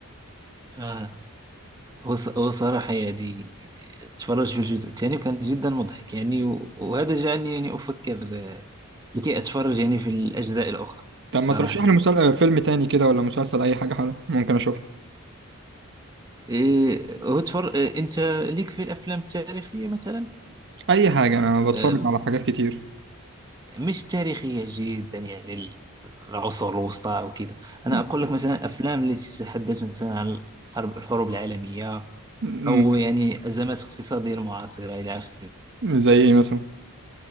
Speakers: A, on the right (about 15°); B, on the right (about 55°).
A: آه. هو ص- هو صراحة يعني اتفرج في الجزء الثاني وكان جدا مضحك يعني و- وهذا جعلني يعني افكر آه، لكي اتفرج يعني في الاجزاء الاخرى
B: طب
A: صراحة
B: ما ترشح لي مسل... فيلم تاني كده ولا مسلسل أي حاجة حلوة ممكن أشوفها
A: إيه هو تفر... إيه انت ليك في الافلام التاريخية مثلا؟
B: أي حاجة أنا بتفرج
A: آه،
B: على حاجات كتير
A: مش تاريخية جدا يعني ال- العصور الوسطى او كذا انا
B: م-
A: اقول لك مثلا افلام التي تتحدث مثلا عن الحرب الحروب العالمية
B: م-
A: او يعني ازمات اقتصادية المعاصرة الى اخره
B: زي إيه مثلا